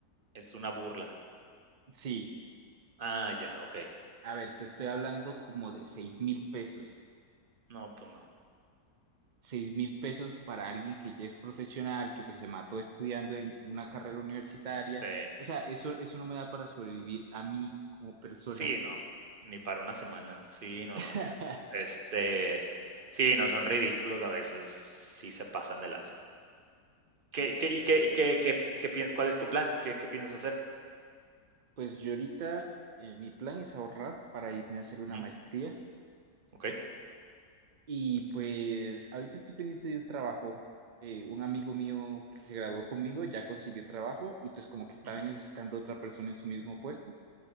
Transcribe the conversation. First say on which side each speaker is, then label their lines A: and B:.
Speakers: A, on the right; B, on the right.
A: es una burla.
B: sí.
A: Ah, ya, okey.
B: A ver, te estoy hablando como de seis mil pesos.
A: No, pues no.
B: Seis mil pesos para alguien que ya es profesional, que pues se mató estudiando en una carrera universitaria.
A: Sí.
B: O sea, eso, eso no me da para sobrevivir a mí como persona.
A: Sí, no, ni para una semana. Sí, no,
B: <laughs>
A: no. Este, sí, no, son ridículos a veces, sí se pasan de lanza. ¿Qué qué y qué qué qué qué piensas? ¿Cuál es tu plan? ¿Qué qué piensas hacer?
B: Pues yo ahorita eh, mi plan es ahorrar para irme a hacer una
A: Ujú,
B: maestría
A: okey.
B: y pues ahorita estoy pendiente de un trabajo. Eh, un amigo mío que se graduó conmigo ya consiguió trabajo y pues como que estaba
A: Ujú,
B: necesitando otra persona en su mismo puesto